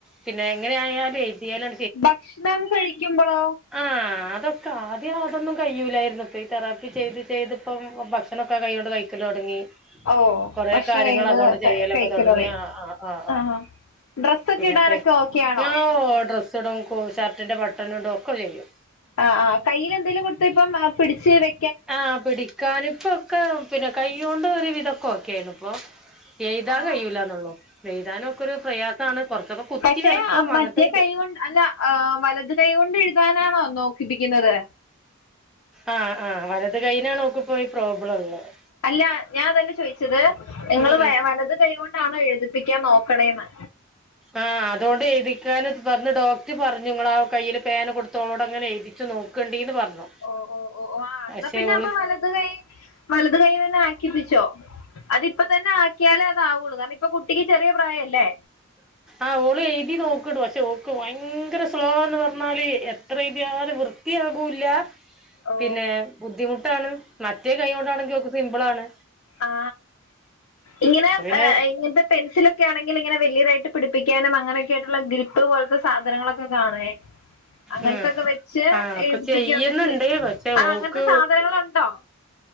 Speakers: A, in the centre; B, on the left.
A: പിന്നെ എങ്ങനെ ആയാലും എഴുതിയാലും
B: ഭക്ഷണം കഴിക്കുമ്പോളോ?
A: ആ അതൊക്കെ ആദ്യം അതൊന്നും കഴിയുലായിരുന്നു ഇപ്പ ഈ തെറാപ്പി ചെയ്ത് ചെയ്ത് ഇപ്പം ഭക്ഷണക്കെ ആ കൈകൊണ്ട് കഴിക്കല് തോടങ്ങി.
B: ഓ
A: കൊറെ
B: ഭക്ഷണം
A: കാര്യങ്ങള്
B: കഴിയുമ്പോ
A: അതൊണ്ട് ചെയ്യലൊക്കെ
B: കഴിക്കലോടങ്ങി
A: തുടങ്ങിയ ആ ആ ആ
B: ആഹ് ഡ്രസ്സൊക്കെ
A: പിന്നെപ്പ
B: ഇടാനൊക്കെ ഓക്കെ ആണോ
A: ആ ഓ ഡ്രസ്സ് ഇടും ഷർട്ടിന്റെ ബട്ടൺ ഇടും ഒക്കെ ചെയ്യും.
B: ആ ആ കയ്യിൽ എന്തേലും കൊടുത്ത ഇപ്പം പിടിച്ച് വേ
A: ആ പിടിക്കാനിപ്പ ഒക്കെ പിന്നെ കൈ കൊണ്ട് ഒരു വിധക്കെ ഓക്കെ ആണ് ഇപ്പൊ. എഴുതാൻ
B: ആഹ്
A: കഴിയൂലാന്നുള്ളോ എഴുതാന ഒക്കെ ഒരു പ്രയാസമാണ് കുറച്ചൊക്കെ കുത്തി
B: പക്ഷെ
A: വെരക്കും
B: മറ്റേ
A: അങ്ങനത്തൊക്കെ
B: കൈ
A: ചെയ്യും.
B: കൊണ്ട് അല്ല ആ വലത് കൈ കൊണ്ട് എഴുതാനാണോ നോക്കിപ്പിക്കുന്നത്.
A: ആഹ് ആ വലത് കൈനാണ് ഓക്ക് പ്പോ ഈ പ്രോബ്ലം ഉള്ളത്.
B: അല്ല ഞാൻ അതല്ലെ ചോദിച്ചത് നിങ്ങള്
A: ഉം ഉം
B: വലത് കൈ കൊണ്ടാണോ എഴുതിപ്പിക്കാൻ നോക്കണേന്ന്.
A: ആഹ അതുകൊണ്ട് എഴുതിക്കാൻ പറഞ്ഞ് ഡോക്ടർ പറഞ്ഞുങ്ങള ആ കയ്യില് പേന കൊടു ത്തോട് അങ്ങനെ എഴുതിച്ച് നോക്കണ്ടിന്ന് പറഞ്ഞു.
B: ഓ ഓ ഓ ഓ ആ അന്നാ
A: പക്ഷെ
B: പിന്നെ
A: ഓള്
B: അപ്പൊ വലത് കൈ വലത് കൈ തന്നെ ആക്കിപ്പിച്ചോ. അതിപ്പ തന്നെ ആക്കിയാലേ അതാവുള്ളൂ കാരണം ഇപ്പൊ കുട്ടിക്ക് ചെറിയ പ്രായം അല്ലേ.
A: ആഓള് എഴുതി നോക്ണ്ട് പക്ഷേ ഓക്ക് ഭയങ്കര സ്ലോന്ന് പറഞ്ഞാല് എത്ര എഴുതിയാല് വൃ ആകൂല്ല.
B: ഓ
A: പിന്നെ ബുദ്ധിമുട്ടാണ് മറ്റേ കൈ കൊണ്ടാണെങ്കിൽ ഓക് സിമ്പിൾ ആണ്.
B: ആ ഇങ്ങനെ
A: പിന്നെ
B: ഇങ്ങന് ത്തെ പെൻസില്. ക്കെ ആണെങ്കിൽ ഇങ്ങനെ വല്യതായിട്ട് പിടിപ്പിക്കാനും അങ്ങനെയക്കെയായിട്ടുള്ള ഗ്രിപ്പ് പോലത്തെ സാധനങ്ങളൊക്കെ കാണേ. അങ്ങനത്തൊക്കെ
A: ഉം
B: വെച്ച്
A: ആഹ് ഒക്കെ
B: എഴുതിപ്പിക്കൊക്കെ
A: ചെയ്യുന്നുണ്ട്
B: ചെയ,
A: പക്ഷെ
B: ആ
A: ഓക്ക്
B: അങ്ങനത്തെ സാധനങ്ങളുണ്ടോ?